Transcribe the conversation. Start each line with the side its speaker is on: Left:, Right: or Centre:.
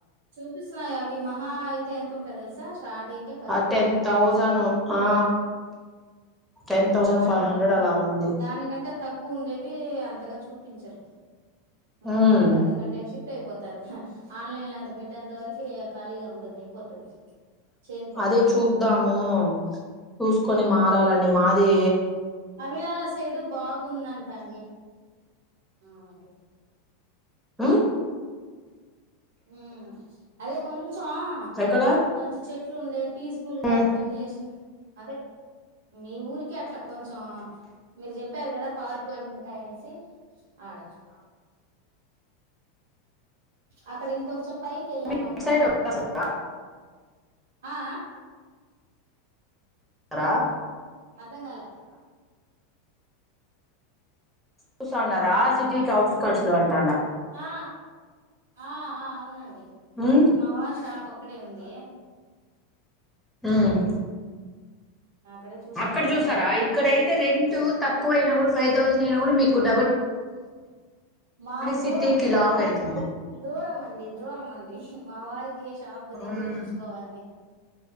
Right: చూపిస్తున్నాయి అవి మహా అయితే ఎంతుంటయి తెలుసా స్టార్టింగ్ పదివేలు
Centre: ఆ టెన్
Right: పదైవేలు
Centre: థౌజండ్
Right: ఇరవైఐదు వేలు
Centre: ఆ టెన్ థౌజండ్
Right: అట్లుంటే
Centre: ఫైవ్ హండ్రెడ్ అలా ఉంది
Right: దానికంటే తక్కువ ఉండేవి అంతగా చూపించరు ఉండవు
Centre: ఉమ్
Right: కూడా ఎందుకంటే షిప్ అయిపోతారు హ ఆన్లైన్లో అంతా పెట్టేంత వరకే ఖాళీగా ఉండదు అయిపోతది చేరిపోతారు
Centre: అదే
Right: ఎళ్లి.
Centre: చూద్దాము చూసుకొని మారాలండి
Right: హ్మ్.
Centre: మాదీ
Right: అవిలాల సైడు బాగుందంట అండి అ ఒకే
Centre: అ
Right: ఉమ్ అదే కొంచెమ్
Centre: ఎక్కడ
Right: కొంచెం చెట్లు ఉండే పీస్బుల్ గా
Centre: ఆ
Right: వెంటిలేషన్ అదే మీ ఊరికే అట్లా కొంచెం మీరు చెప్పారు కదా పార్కులు ఉంటాయ అనేసి ఆడ అక్కడ ఇంకొంచం పైకి ఏళ్ళామంటే
Centre: మీ సైడ్ వచ్చేస్తారా
Right: ఆ ఆ
Centre: రా
Right: అర్ధం కాళ
Centre: చూస్తా ఉనర్ రా సిటీకి
Right: అట్స్
Centre: అవుట్కట్స్ లో అంటాడా
Right: ఆ! ఆ ఆ అవునండి
Centre: ఉమ్,
Right: మవర్ షాప్ పక్కడే ఉంది
Centre: ఉహ్
Right: అక్కడే చూసుకోవాలండి.
Centre: అక్కడ చూస్తారా. ఇక్కడయితే రెంట్ తక్కువ అయినా కూడ్ ఫైవ్ థౌజండ్ అయినా మీకు కూడ్
Right: మాకు
Centre: సిటీకి
Right: దూరం
Centre: లాంగ్
Right: అనే
Centre: అయితుంది
Right: హహ దూరం అండి దూరం అండి. మావారి కే షాప్ కి దగ్గర
Centre: ఉమ్,
Right: చూసుకోవాలని